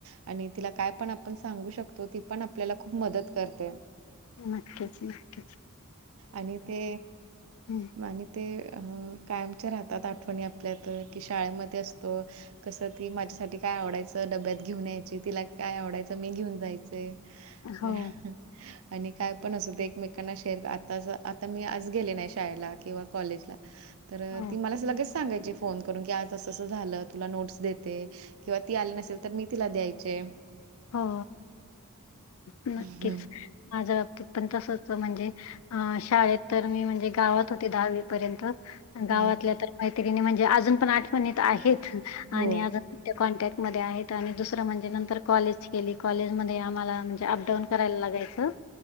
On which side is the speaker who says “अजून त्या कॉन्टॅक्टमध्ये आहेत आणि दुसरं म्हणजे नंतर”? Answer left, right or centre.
Left